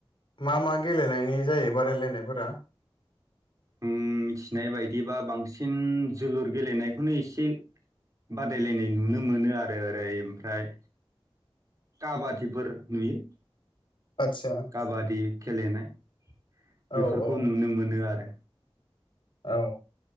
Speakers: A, on the left (about 55°); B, on the right (about 35°).
A: मा मा गेलेनायनि जायो। बादायलायनायफोरा
B: उम मिथिनाय बायदिबा बांसिन जोलुर गेलेनायखौनो एसे बादायलायनाय नुनो मोनो आरो ओरै ओमफ्राय काबादिफोर नुयो।
A: आदसा
B: काबादि खेलेनाय
A: औ
B: बेफोरखौ
A: औ
B: नुनो मोनो आरो
A: औ